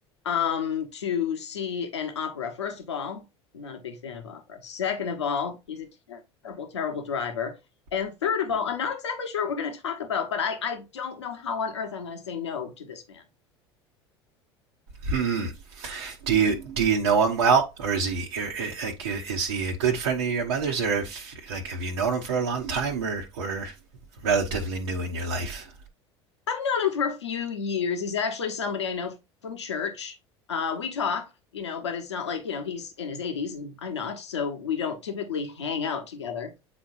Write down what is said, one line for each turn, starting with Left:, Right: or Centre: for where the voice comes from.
Left: um, to see an opera. First of all, I'm not a big fan of opera. Second of all, he's a terrible, terrible driver. And third of all, I'm not exactly sure what we're going to talk about, but I, I don't know how on earth I'm going to say no to this man.
Right: Mm. Do you do you know him well, or is he or, uh, like uh, is he a good friend of your mother's, or if like have you known him for a long time, or or relatively new in your life?
Left: I've known him for a few years. He's actually somebody I know from church. Uh, we talk, you know, but it's not like, you know, he's in his 80s and I'm not. So we don't typically hang out together.